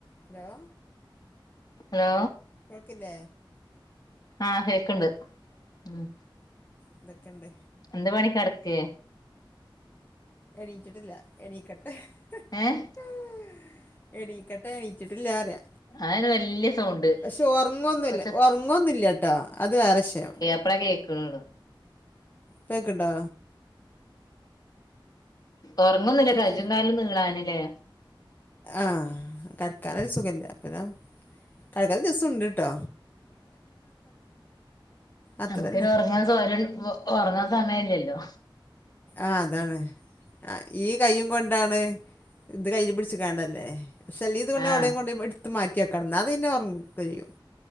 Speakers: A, on the left (about 25°); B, on the left (about 45°).
A: Hello
B: hello
A: കേക്കില്ലേ
B: ആഹ് കേക്ക്ണ്ട് ഉം
A: എന്തൊക്കെണ്ട്
B: എന്ത പണി കെടക്കേ
A: എണീച്ചിട്ടില്ല എണീക്കട്ടെ ഹ്
B: ഏഹ്
A: ഹ് എണീക്കട്ടെ എണീച്ചിട്ടില്ലാറ്യ
B: അതാണ് വല്യ സൗണ്ട്
A: പക്ഷെ ഉറങ്ങൊന്നില്ല
B: ഒച്ച
A: ഉറങ്ങൊന്നില്ല ട്ടോ അത് വേറെ വിഷയം
B: പ്പള കേക്ക്ണുള്ളൂ
A: പെക്ക്ണ്ടാ
B: ഉറങ്ങൊന്നില്ല
A: ഇപ്പ
B: കജ്ജും കാലും നീളാന്ല്ലേ
A: ആഹ് കട്ക്കാന് സുഖല്ല പിന്നെ <unintelligible> ദിവസം ഉണ്ട്ട്ടോ അത്ര
B: നമുക്കൊരു
A: തന്നെ
B: ഉറങ്ങാൻ സൊയല് ഉറങ്ങാൻ സമയല്ലല്ലൊ
A: ആഹ് അതാണ് ഈ കയ്യും കൊണ്ടാണ് ഇത് കയ്യി പിടിച്ച്ക്കാണ്ടല്ലേ പക്ഷേ അല്ല ഇത് കൊണ്ട്
B: ആഹ്
A: എവിടെയും കൊണ്ടും എടുത്ത് മാറ്റി ക്കണം എന്നാ പിന്നെ ഉറങ്ങൊക്കെ ചെയ്യും